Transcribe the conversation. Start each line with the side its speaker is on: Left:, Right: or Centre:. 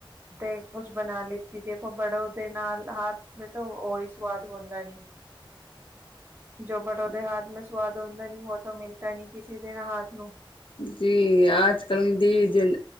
Right: ਤੇ ਕੁਛ ਬਣਾ ਲ ਦੀ ਦੇਖੋ ਬੜੋ ਦੇ ਨਾਲ ਹਾਥ ਮ ਤੋ ਉਹੀ ਸਵਾਦ ਹੁੰਦਾ ਨੀ। ਜੋ ਬੜੋ ਦੇ ਹਾਥ ਮੇ ਸਵਾਦ ਹੁੰਦਾ ਨੀ, ਉਹ ਤੋ ਮਿਲਤਾ ਨੀ ਕਿਸੇ ਦੇ ਹਾਥ ਨੂੰ
Left: ਜੀ ਆਜ-ਕਲ ਦੀ ਜ